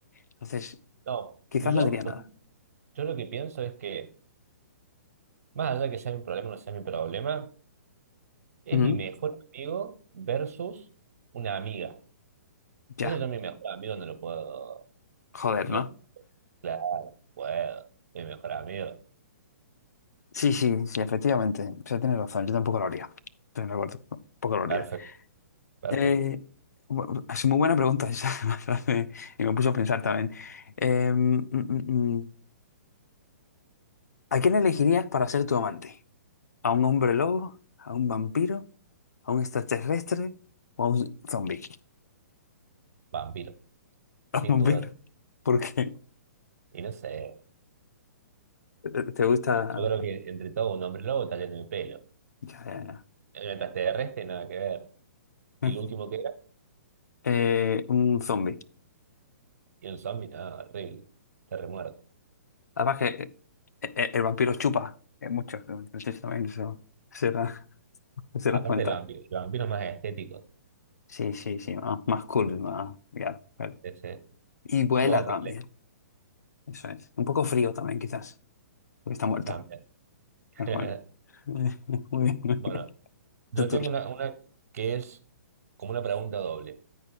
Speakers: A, on the left (about 75°); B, on the right (about 60°).
A: Entonces,
B: No,
A: quizás
B: yo,
A: no diría nada.
B: por- yo lo que pienso es que, más allá de que sea mi problema o no sea mi problema, es
A: Ujú,
B: mi mejor amigo versus una amiga. Entonces
A: Ya,
B: yo a mi mejor amigo no lo puedo.
A: joder,
B: No,
A: ¿no?
B: claro, puedo. Mi mejor amigo.
A: Sí, sí, sí, efectivamente, o sea, tienes razón, yo tampoco lo haría, estoy de acuerdo, tampoco lo haría.
B: Perfecto, perfecto.
A: Eh, bu- es muy buena pregunta esa, <laughs> me hace- y me puso a pensar también. Em, mm, mm, mm. ¿A quién elegirías para ser tu amante? ¿A un hombre lobo? ¿A un vampiro? ¿A un extraterrestre? ¿O a un zombie?
B: Vampiro,
A: <laughs> A
B: sin
A: un
B: dudar.
A: vampiro. ¿Por qué?
B: Y no sé,
A: ¿Te te gusta?
B: yo creo que entre todo un hombre lobo está lleno de pelo.
A: Ya, ya,
B: En el extraterrestre nada que ver. Y
A: ya.
B: el
A: <laughs>
B: último que era,
A: Eh, un zombie.
B: y un zombie, nada, horrible. Está remuerto.
A: Además que eh, eh, el vampiro chupa eh, mucho. Entonces también eso será, será
B: Aparte
A: una ventaja.
B: el vampiro,
A: <laughs>
B: el vampiro más estético.
A: Sí, sí, sí. Más, más cool. Más, ya, claro.
B: Ese.
A: Y vuela
B: Vos
A: también.
B: que te-
A: Eso es. Un poco frío también, quizás. Porque está muerto.
B: también. <laughs>
A: Pero bueno. <laughs> Muy bien. <laughs>
B: Bueno, yo
A: Tu turno.
B: tengo una, una que es como una pregunta doble.